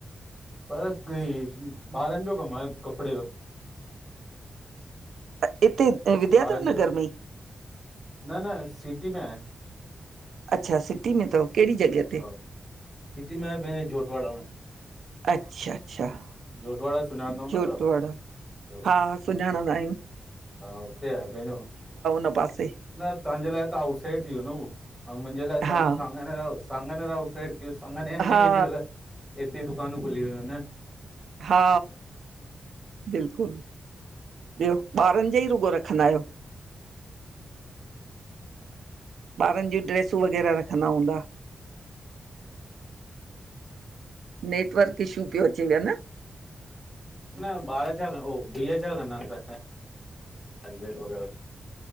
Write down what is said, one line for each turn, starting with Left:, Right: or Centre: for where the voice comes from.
Centre: पर कि ॿारनि जो कम आहे कपिड़े जो
Right: हिते विद्याधर
Centre: ॿारनि
Right: नगर
Centre: जा
Right: में
Centre: न न सिटी में आहे।
Right: अच्छा सिटी में थव कहिड़ी जॻह ते
Centre: हा सिटी में पंहिंजे। जोटवाड़ा में
Right: अच्छा अच्छाता
Centre: जोटवाड़ा सुञाणंदव न तव्हां?
Right: हा सुञाणंदा आहियूं
Centre: हा उते आहे पंहिंजो
Right: तपासे
Centre: न तव्हांजे लाइ त आउटसाइड थी वियो न उहो मुंहिंजे लाइ तव्हांजो
Right: हा
Centre: सामान सांगनेर आउट साइड थियो सागानेर में
Right: हा
Centre: अञकल्ह हितै दुकानु खुली वयूं आ न
Right: हा बिल्कुल ॿियो ॿारनि जोा ई रुॻो रखंदा आहियो? ॿारनि जूं ड्रेसूं वग़ैरह रखंदा हूंदा नेटवर्क ईशू पियो अचे वियो न
Centre: न ॿार छा उह ीीअ छा कंदा आहिनि त हसबैंड वग़ैरह <unintelligible>